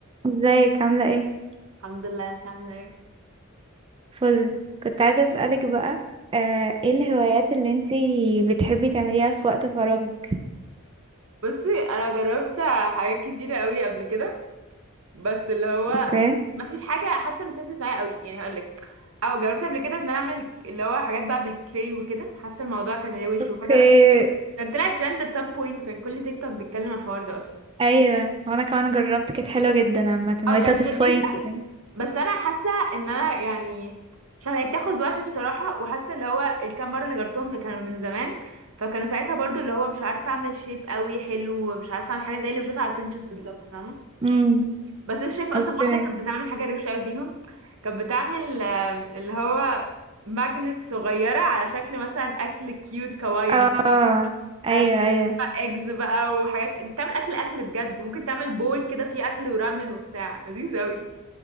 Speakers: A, on the right; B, on the right.
A: ازيك عاملة ايه؟
B: الحمد لله انت عامله ايه
A: فل كنت عايزة اسألك بقى آه، ايه الهوايات اللي انتي بتحبي تعمليها في وقت فراغك؟
B: بصي انا جربت حاجات كتيره قوي قبل كده بس اللي هو
A: اوكي
B: ما فيش حاجه حاسه ان ثبتت معايا قوي يعني هقول لك او جربت قبل كده ان انا اعمل اللي هو حاجات بقى بالكلاي وكده حاسه الموضوع كان روش
A: اوكي
B: وفجاه اصلا كان طلع ترند at some point وكان كل تيك توك بيتكلم عن الحوار ده اصلا
A: ايوه وانا كمان جربت كانت حلوة جدا عامة وهي
B: اه كانت
A: satisfying
B: لذيذه
A: يعني.
B: بس انا حاسه ان انا يعني عشان هي بتاخد وقت بصراحه وحاسه اللي هو الكام مره اللي جربتهم كانوا من زمان فكانوا ساعتها برضو اللي هو مش عارفه اعمل شيب قوي حلو مش عارفه اعمل حاجه زي اللي بشوفها على بنترست بالظبط فاهمه
A: امم
B: بس انا شايفه
A: اوكي
B: اصلا واحده كانت بتعمل حاجه روشه قوي بيهم كانت بتعمل آم، اللي هو ماجنت صغيره على شكل مثلا اكل كيوت كواين
A: اه آه، ايوه
B: آه،
A: ايوه
B: اجز بقى وحاجات بتعمل اكل اكل بجد ممكن تعمل بول كده فيه اكل ورامن وبتاع لذيذ قوي